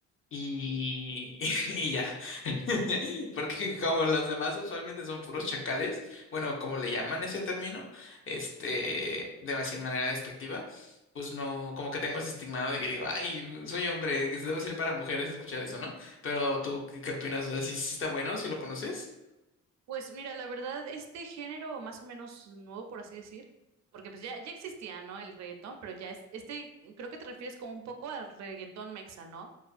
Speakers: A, on the left; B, on the right.
A: y, <laughs> y ya. <laughs> Porque como los demás usualmente son puros chacales, bueno, como le llaman ese término, este, de sin manera despectiva pues no, como que tengo ese estigma, ¿no? De que digo, ay, soy hombre, que se debe ser para mujeres escuchar eso, ¿no? Pero tú, ¿qué, qué opinas? O sea, ¿sí, sí está bueno? si lo conoces?
B: Pues mira, la verdad, este género más o menos nuevo, por así decir, porque pues ya, ya existía, ¿no? El reggaetón, pero ya es, este, creo que te refieres como un poco al reggaetón mexa, ¿no?